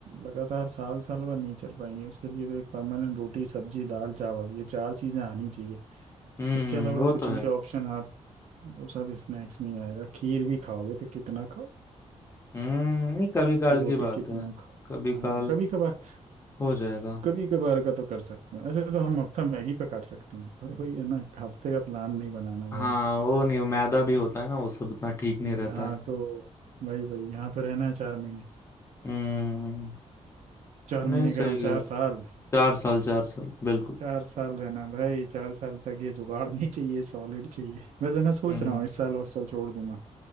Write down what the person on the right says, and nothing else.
लगातार साल साल भर नहीं चल पाएंगी उसके लिए तो एक परमानेंट रोटी सब्जी दाल चावल ये चार चीज़ें आनी चाहिए
इसके
अलावा
कुछ
भी ऑप्शन आप वो सब स्नैक्स में ही आएगा खीर भी खाओगे तो कितना खाओ
रोटी
कितना
खाओ
हाँ कभी कभार
कभी कभार का तो कर सकते हैं ऐसे तो हम हफ्ता मैगी पे काट सकते हैं पर वही है ना हफ्ते का प्लान नहीं बनाना भाई
हम्म,
हाँ
तो भाई भाई यहाँ तो रहना है चार महीने
चार
महीने
कह रहा हूँ चार
साल
चार साल रहना है भाई चार साल तक ये जुगाड़ नहीं चाहिए सॉलिड चाहिए वैसे मैं सोच
रहा हूँ इस साल हॉस्टल छोड़ दूंगा